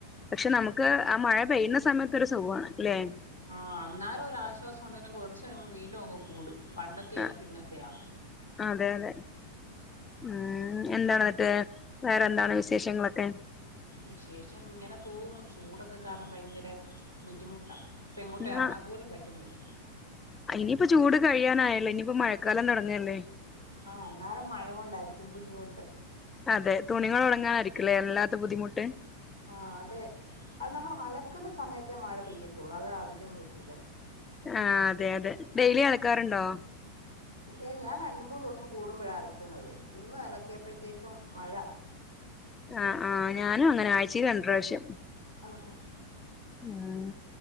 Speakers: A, on the left; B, on the left.
A: പക്ഷെ നമുക്ക് ആ മഴ പെയ്യുന്ന സമയതൊരു ഒരു സുഖമാണ് അല്ലെ
B: ആഹ് അന്നാലും ഒരാശ്വാസം ഉണ്ടെങ്കിലും കുറച്ചു കഴിയുമ്പോം വീണ്ടും അങ്ങ് കൂടും പണ്ടത്തേലും
A: ആ
B: പിന്നത്തെയയാ
A: അതെ അതെ ഉം എന്താണ് മറ്റേ വേറെന്താണ് വിശേഷങ്ങളൊക്കെ
B: വിശേഷം ങ്ങനെ പോകുന്നു ചൂടൊക്കെ കാരണം ഭയങ്കര ബുദ്ധിമുട്ടാ ബുദ്ധിമുട്ട
A: ആ
B: എറങ്ങാൻ പോലും പറ്റുന്നില്ല
A: നിയിപ്പ ചൂട് കഴിയാനായല്ലേ ഇനിയിപ്പോ മഴക്കാലം തുടങ്ങല്ലേ
B: ആഹ് അന്നേരം മഴ കൊണ്ടായിരിക്കും ബുദ്ധിമുട്ട്
A: അതെ തുണികൾ ഓണങ്ങാനായിരിക്കില്ലേ എല്ലാത്ത ബുദ്ധിമുട്ട്
B: ആഹ് അതെ അത് നമ്മൾ അലക്കുന്ന സമയത്തെ മഴ പെയ്യത്തുള്ളു അത് അതിലും വലിയത്
A: ആഹ് അതെ അതെ ഡെയിലി അ ലക്കാറുണ്ടോ
B: ഏ ഹ് ഞാൻ രണ്ട് മൂന്ന് ദിവസം കൂടുമ്പഴാ അലക്കുന്നത് ഇന്ന് അലക്കിയപ്പഴത്തേക്കും മഴ
A: ആഹ് ആഹ് ഞാനും അങ്ങനാ ആഴ്ചീല് രണ്ട് പ്രാവശ്യം
B: ആഹ്
A: ഉം